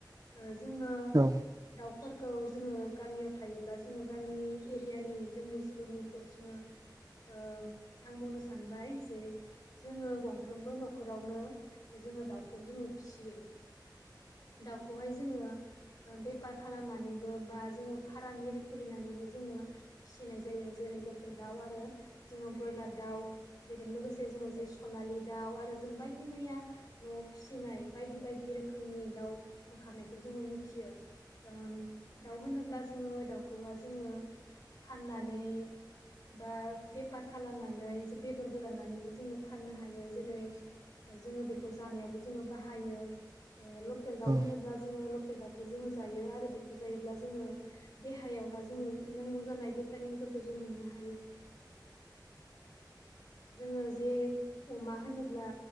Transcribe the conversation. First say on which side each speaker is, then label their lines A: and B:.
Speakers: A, on the left (about 60°); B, on the right (about 50°).
A: ओ जोङो
B: औ
A: दाउफोरखौ जोङो गामियाव थायोब्ला जोङो गामि एरियानि जोंनि जिबनिखौ जोङो ओ आं बुंनो सानबाय जे जोङो गंफ्रोमबो न'खरावनो जोंङो दाउखौ जोंङो फिसियो।
B: <inaudible>
A: दाउखौहाय जोंङो ओ बेफार खालामनानैबो बा जोंङो फार्म इरि खुलिनानैबो जोङो फिसिनाय जायो जेरै लकेल दाउ आरो जोंङो ब्रयलार दाउ बेदों लोगोसे जोङो सनालि दाउ आरो जों बायदि बायदि मैया न'आव फिसिनाय बायदि बायदि रोखोमनि दाउ ओंखारनायखौ जोंङो मिथियो। ओम दाउ होनोब्ला जोंङो दाउखौहाय जोंङो फाननानै बा बेफार खालामनानै बेद'र गोदाननानैबो जोंङो फाननो हायो। जेरै जोंङो बेखौ जानायावबो जोङो बाहायो ओ लकेल दाउ
B: औ
A: होनोब्ला जोंङो लकेल दाउखौ जोंङो जायो आरो बेखौ जायोब्ला जोंङो देहायावहाय जोंङो नांगौ जानाय भिटामिनफोरखौ जों मोननो
B: <inaudible>
A: हायो। जोंङो जे अमा होनोब्ला।